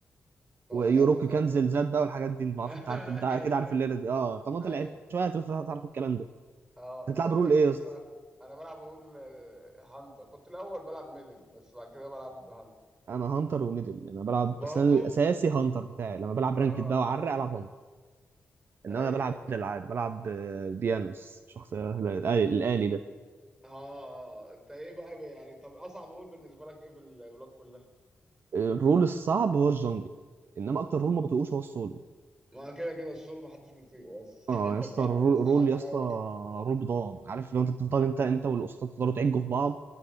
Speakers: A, on the right (about 20°); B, on the right (about 60°).
A: طب
B: ويوروك
A: حلو ده
B: كان زلزال بقى والحاجات دي ما اعرفش
A: <laughs> ايوه
B: انت عارف انت اكيد عارف
A: ايوه
B: الليله دي اه طب ما انت
A: ايوه
B: لعبت شويه هتعرف الكلام ده
A: اه
B: بتلعب
A: طب اقول
B: رول
A: لك
B: ايه
A: ايه
B: يا اسطى
A: بقى؟ انا بلعب اقول هانتر كنت الاول بلعب ميدل بس بعد كده بلعب هانتر
B: انا هانتر وميدل انا بلعب
A: برضه؟
B: بس انا الاساسي هانتر بتاعي لما بلعب
A: اه
B: رانكد بقى وعرق العب هانتر انما
A: ايوه
B: انا بلعب
A: ايوه
B: ميدل عادي بلعب آه، بيانوس شخصيه الالي الالي ده
A: اه انت ايه بقى ب- يعني طب اصعب اقول بالنسبة لك ايه في الولاد كلها؟
B: الرول الصعب هو الجنجل انما اكتر رول ما بتقوش هو السولو
A: ما كده كده السولو محدش بيطيقه بس
B: اه يا اسطى
A: <laughs>
B: الرول
A: صعب
B: رول
A: قوي
B: يا اسطى رول بضان عارف لو انت بتفضل انت انت والاسطى تفضلوا تعجوا في بعض